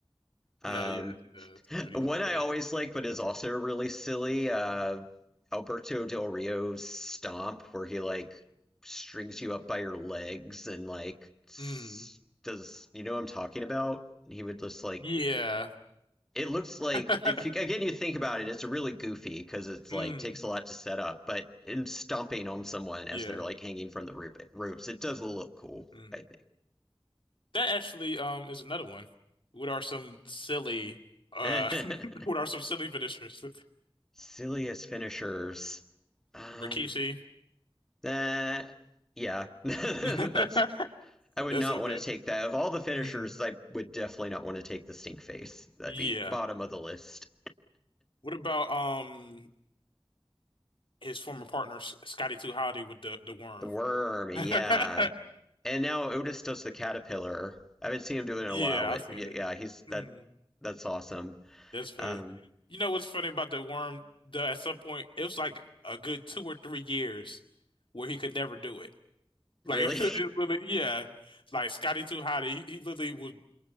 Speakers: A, in the centre; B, on the left (about 60°).
A: Um,
B: No, yeah, she does. Pretty
A: one
B: good with
A: I
B: that.
A: always like, but is also really silly. Uh, Alberto Del Rio's stomp, where he like strings you up by your legs and like s-
B: Mm.
A: does you know what I'm talking about? He would just like
B: Yeah.
A: it looks like
B: <laughs>
A: if you again you think about it, it's really goofy because it's like
B: Mm.
A: takes a lot to set up, but in stomping on someone as
B: Yeah.
A: they're like hanging from the roo- ropes, it does look cool.
B: Mm.
A: I
B: That actually um is another one. What are some silly uh
A: think
B: <laughs> what are some silly finishers?
A: <laughs> silliest finishers. Um,
B: Rikishi.
A: that yeah, <laughs> that's
B: <laughs>
A: I would
B: That's
A: not
B: up
A: want
B: there.
A: to take that. Of all the finishers,
B: Mm.
A: I would definitely not want to take the stink face. That'd
B: Yeah.
A: be bottom of the list.
B: What about um his former partner S- Scotty Too Hotty with the the worm.
A: The worm, yeah.
B: <laughs>
A: And now Otis does the caterpillar. I haven't seen him do it in
B: Yeah,
A: a while, but
B: I see
A: yeah,
B: that.
A: yeah he's
B: hmm
A: that. That's awesome.
B: That's funny.
A: Um,
B: You know what's funny about the worm? The at some point it was like a good two or three years where he could never do it. Like
A: really?
B: <laughs> it was literally, yeah, like Scotty Too Hotty, he, he literally would